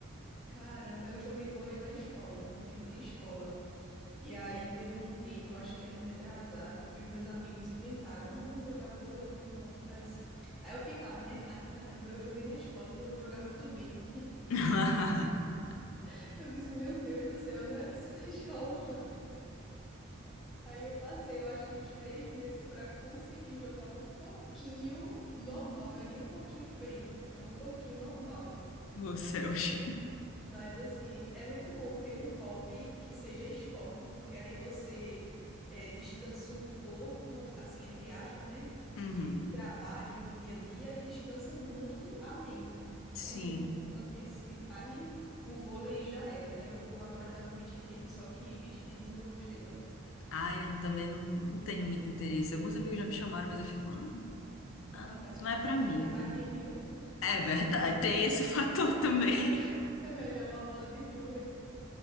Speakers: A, in the centre; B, on the left.
A: Caramba, eu joguei vôlei na escola, no tempo de escola. E aí teve um tempo, eu acho que ano retrasado, que os meus amigos inventaram, não, vamos jogar vôlei, vamos, vamos. Aí eu disse, aí eu ficava, né? Ai, caramba, eu joguei na escola, então eu vou jogar muito bem.
B: <laughs>
A: <laughs> Eu disse, meu Deus do céu, não era assim na <laughs> escola, Aí eu passei, eu acho que uns três meses para conseguir jogar um pouquinho normal, não é nem um pouquinho bem, é um pouquinho normal.
B: Meu céus.
A: Mas assim, é muito bom ter um hobby que seja esporte, porque aí você eh, descansa o corpo, assim, entre aspas, né?
B: Uhum,
A: De, de trabalhos do dia a dia e descansa muito a mente.
B: sim.
A: É muito bom quando tem esse tipo. Aí o vôlei já era, né? O povo agora tá no beach tennis, só que beach tennis eu não gostei, não.
B: Ah, eu também não, não tenho muito interesse. Alguns amigos já me chamaram, mas eu fico, ah,
A: Não,
B: ah,
A: rapaz,
B: não
A: uma
B: é pra
A: raquete
B: mim.
A: é mais de mil.
B: É verdade, tem esse <laughs> fator também.
A: É me- <laughs> é melhor uma bola de vôlei.